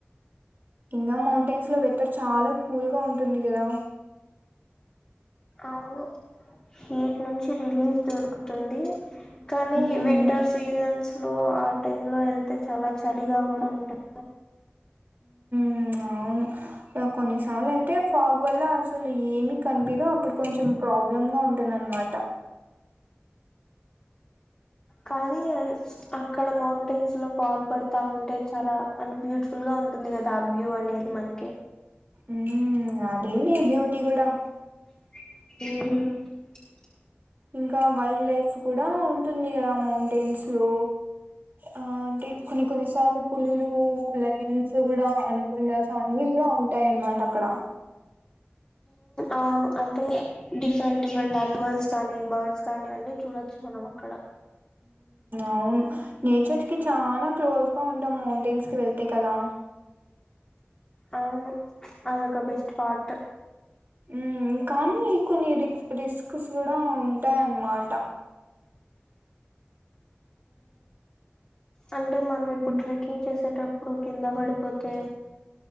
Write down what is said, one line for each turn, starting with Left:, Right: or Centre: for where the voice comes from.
Right: ఇంకా మౌంటైన్స్ లో వెదర్ చాలా కూల్గా ఉంటుంది కదా
Left: అవును హీట్ నుంచి రిలీఫ్ దొరుకుతుంది కానీ
Right: ఉమ్
Left: వింటర్ సీజన్స్ స్లో టైమ్లో వెళ్తే చాలా చలిగా కూడా ఉంటాది
Right: మ్ అవును కొన్నిసార్లయితే ఫాగ్ వల్ల అసలు ఏమి కనిపిదో అప్పుడు కొంచెం ప్రాబ్లమ్ ఉంటుందన్నమాట.
Left: కానీ అక్కడ మౌంటైన్స్ లో ఫాగ్ పడుతా ఉంటే చాలా బ్యూటిఫుల్గా ఉంటుంది కదా ఆ వ్యూ అనేది మనకి
Right: మ్ అదే ని బ్యూటిి గుడా
Left: మ్
Right: ఇంకా వైల్డ్ లైఫ్ కూడా ఉంటుంది కదా మౌంటైన్స్లో ఆ అంటే కొన్ని కొన్నిసార్లు పులులు లయన్స్ కూడా అనుకుండా అన్ని కూడా ఉంటాయి అన్నమాట అక్కడ
Left: అవును అంటే డిఫరెంట్ డిఫరెంట్ అనిమల్స్ కానీ బర్డ్స్ కానీ అన్ని చూడొచ్చు మనం అక్కడ
Right: అవును నేచర్కి చాలా క్లోజ్గా ఉంటాం మౌంటైన్స్కి వెళ్తే కదా
Left: అవును అదొక బెస్ట్ పార్ట్
Right: మ్ కానీ కొన్ని రిస్క్స్ కూడా ఉంటాయన్నమాట
Left: అం టే మనం ఇప్పుడు
Right: ఉమ్
Left: ట్రెకింగ్ చేసేటప్పుడు కింద పడి పోతే